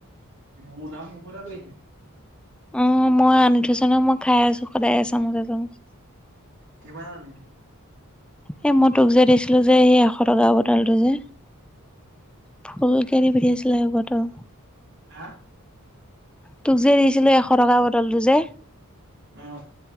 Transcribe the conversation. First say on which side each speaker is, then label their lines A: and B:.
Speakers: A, on the right; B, in the centre.
A: মোৰ নাম মুকুতা কলিতা।
B: উম, মই আনি থৈছোঁ নহয়। মই খাই আছোঁ সদায় এচামুচ-এচামুচ।
A: কিমান আনিলা?
B: এই মই তোক যে দিছিলোঁ যে, এই এশটকা বটলটো যে ফুলকে দি পঠাইছিলে এবটল।
A: আ'?
B: তোক যে দিছিলোঁ, এশটকা বটলটো যে
A: অহ।